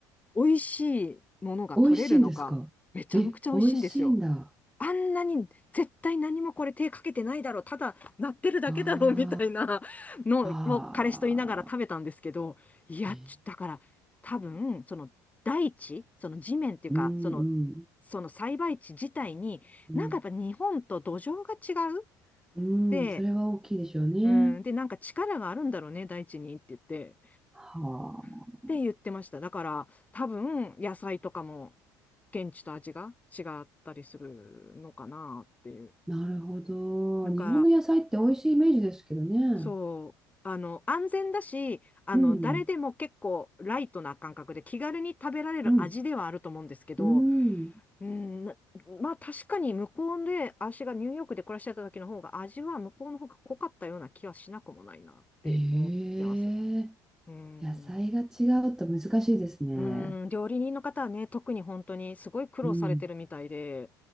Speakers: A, on the left (about 15°); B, in the centre.
A: 美味しいものが取れるのか、
B: 美味しいんですかえ、
A: めちゃくちゃ美味しいんですよ。
B: 美味しいんだ。
A: あんなに絶対何もこれ手かけてないだろう、ただ鳴ってるだけだろうみたいな
B: あ
A: <laughs> のを彼氏と言いながら食べたんですけど、
B: ーあ
A: いや、
B: ー。
A: ちょだから多分、
B: ええ
A: その大地、その地面っていうか、
B: うんう
A: その、
B: ん。
A: その栽培地自体に、
B: うん、
A: なんかやっぱ日本と土壌が違う
B: うんそれは大きいでしょうね。
A: で、うん、で、なんか力があるんだろうね、大地にって言って、
B: は
A: って言ってました。
B: あ。
A: だから多分野菜とかも現地と味が違ったりするのかなっていう。
B: なるほど。
A: なんか
B: 日本の野菜って美味しいイメージですけどね。
A: そう。あの、安全だし、あの、
B: うん、
A: 誰でも結構ライトな感覚で気軽に食べられる味ではあると思うんですけど、
B: うん、うん。
A: うん、なまあ確かに向こうで、私がニューヨークで暮らしてた時の方が味は向こうの方が濃かったような気はしなくもないなって思ってます。
B: ええ
A: うん。
B: 野菜が違うと難しいですね。
A: うん、料理人の方はね、特に本当にすごい苦労されてるみたいで、
B: うん。